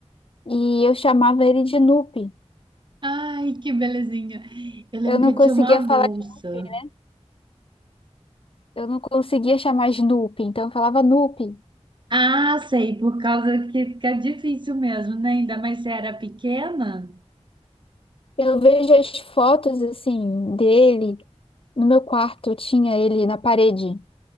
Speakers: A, on the left; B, on the right.
A: E eu chamava ele de Nupe.
B: Ai, que belezinha! Eu lembro
A: Eu não
B: que eu
A: conseguia
B: tinha uma bolsa.
A: falar, Snoopy, né? eu não conseguia chamar Snoopy, então eu falava Nupe.
B: Ah, sei, por causa que fica difícil mesmo, né? Ainda mais se era pequena,
A: Eu vejo as fotos assim dele no meu quarto, eu tinha ele na parede.